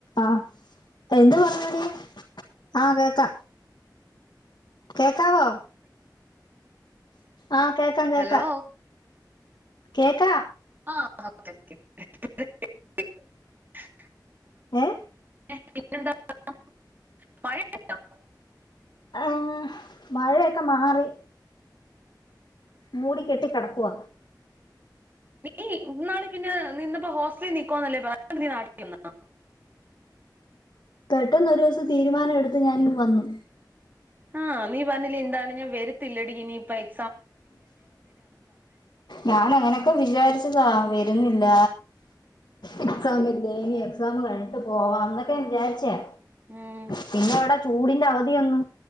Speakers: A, on the left (about 70°); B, on the right (about 25°).
A: ആഹ് എന്ത്പറഞ്ഞടീ ആഹ് കേക്കാ. കേക്കാവോ? ആഹ് കേക്കാം കേക്കാ.
B: ഹലോ
A: കേക്കാ.
B: ആ <unintelligible>
A: ഏഹ്
B: <unintelligible>
A: ഏഹ് മഴയൊക്കെ മാറി മൂടി കെട്ടി കടക്കുവ
B: നീ ഇന്നാള് പിന്നെ നിന്നപ്പോ ഹോസ്റ്റലിൽ നിക്കുവാന്നല്ലേ പറ <unintelligible> നാട്ടിൽവന്നോ
A: പെട്ടെന്ന് ഒരൂസം തീരുമാനം എടു ത്ത് ഞാനിങ്ങ്‌ വന്നു
B: ആഹ് നീ പറഞ്ഞില്ലെ എന്താണ് ഞാൻ വരത്തില്ലെ ടീ ഇനിയിപയ്
A: ഞാനങ്ങനെയൊക്കെ വിചാരിച്ചതാ വരുന്നി ല്ല എക്സാം ഇല്ലേ ഇനി എക്സാമു കഴിഞിട്ട് പോവാ ന്നൊക്കെ ഞാൻ വിചാരിച്ചയാ
B: ഉം
A: പിന്നെ അവടെ ചൂ ടിന്റെ അവധി വന്നു